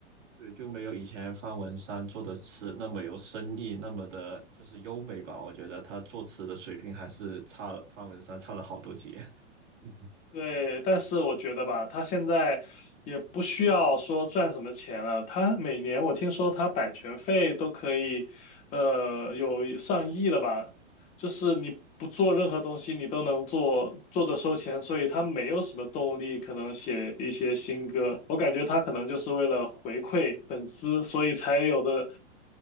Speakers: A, on the right (about 75°); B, on the left (about 20°).
A: 对，就没有以前方文山做的词那么有深意，那么的就是优美吧。我觉得他作词的水平还是差了，方文山差了好多节。<laughs>
B: 对，但是我觉得吧，他现在也不需要说赚什么钱了。他每年我听说他版权费都可以，呃，有上亿了吧？就是你不做任何东西，你都能做，做着收钱，所以他没有什么动力可能写一些新歌。我感觉他可能就是为了回馈粉丝，所以才有的